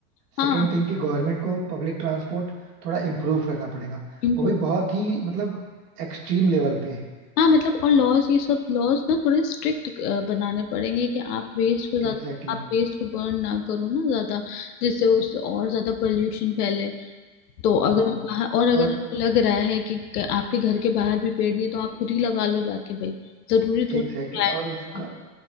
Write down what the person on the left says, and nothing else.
हाँ
इम्प्रूव
हाँ मतलब और लॉज ये सब लॉज ना थोड़े स्ट्रिक्ट बनाने पड़ेंगे कि आप वेस्ट को ज्यादा
आप वेस्ट को बर्न ना करो ना ज्यादा जिससे उससे और ज्यादा पोल्यूशन फैले तो अगर
आप बाहर और अगर
आपको लग रहा है कि क- आपके घर के बाहर भी पेड़ नहीं है तो आप खुद ही लगा लो जाके भाई जरूरी थोड़ी
लगाए-
लगाना।